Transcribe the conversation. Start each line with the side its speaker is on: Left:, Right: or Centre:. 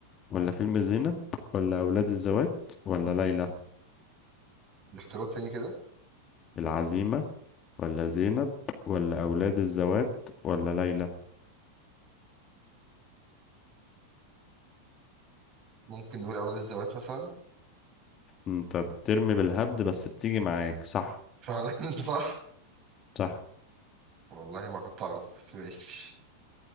Left: ولا فيلم زينب ولا أولاد الذوات ولا ليلى
Right: باختيارات تاني كده
Left: العزيمة ولا زينب ولا أولاد الذوات ولا ليلى
Right: ممكن نقول أراضي الزوات مثلا
Left: أنت بترمي بالهبد بس بتيجي معاك صح
Right: فعلا <laughs> صح
Left: صح
Right: والله ما كنت أعرف بس ماشي